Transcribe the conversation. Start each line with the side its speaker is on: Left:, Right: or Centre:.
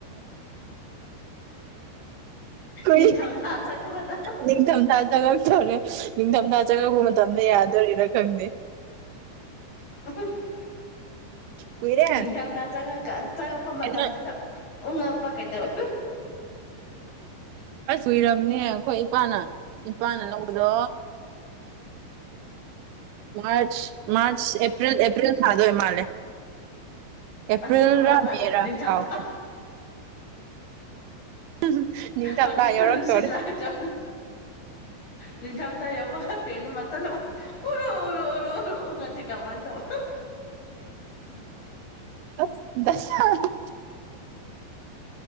Right: ꯀꯨꯏ
Left: ꯅꯤꯡꯊꯝꯊꯥ ꯆꯪꯉꯛꯄꯗ
Right: ꯅꯤꯡꯊꯝꯊꯥ ꯆꯪꯉꯛꯇꯕꯔꯦ ꯅꯤꯡꯊꯝꯊꯥ ꯆꯪꯉꯛꯄ ꯃꯇꯝꯗ ꯌꯥꯗꯣꯔꯤꯅ ꯈꯪꯗꯦ
Left: <unintelligible>
Right: ꯀꯨꯏꯔꯦ
Left: ꯅꯤꯡꯊꯝꯊꯥ ꯆꯪꯉꯛꯄ ꯃꯇꯝꯗꯨꯗ
Right: ꯀꯩꯅꯣ
Left: ꯎꯉꯛꯄ ꯀꯩꯗꯧꯋꯦ
Right: ꯑꯁ ꯀꯨꯏꯔꯕꯅꯦ ꯑꯩꯈꯣꯏ ꯏꯄꯥꯅ ꯏꯄꯥꯅ ꯂꯧꯕꯗꯣ ꯃꯥꯔꯆ ꯃꯥꯔꯆ ꯑꯦꯄ꯭ꯔꯤꯜ ꯑꯦꯄ꯭ꯔꯤꯜ ꯊꯥꯗ ꯑꯣꯏꯔꯥ ꯃꯥꯜꯂꯦ ꯑꯦꯄ꯭꯭ꯔꯤꯜ
Left: ꯑꯗꯨ ꯍꯥꯏꯕ
Right: ꯔꯥ ꯃꯦ ꯔꯥ
Left: ꯅꯤꯡꯊꯝꯊꯥ
Right: ꯀꯥꯎꯈ꯭ꯔꯦ <unintelligible>
Left: ꯍꯧꯖꯤꯛꯇ
Right: ꯌꯧꯔꯛꯇꯣꯔꯦ
Left: ꯅꯨꯡꯁꯤꯠꯂꯥꯛꯇꯣ ꯅꯤꯡꯊꯝ ꯊꯥ ꯌꯧꯕ ꯒꯥ ꯄꯦꯟ ꯗꯣ ꯃꯊꯟꯇꯥ ꯑꯨꯔꯨ ꯑꯨꯔꯨ ꯑꯨꯡꯉꯗꯤ ꯀꯃꯥꯏ ꯇꯧꯕ
Right: ꯑꯁ ꯗꯥꯁꯥꯅꯤ